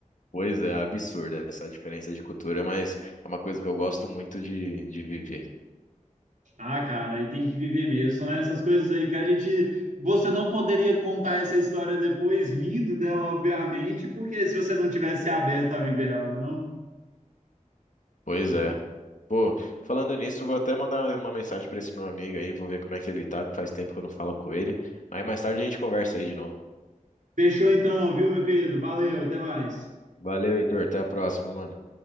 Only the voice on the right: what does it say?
Ah, cara, aí tem que viver mesmo. São essas coisas aí que a gente. Você não poderia contar essa história depois, rindo dela, obviamente, porque se você não tivesse aberto a viver ela, né? Não?
Fechou então, viu, meu querido? Valeu, até mais.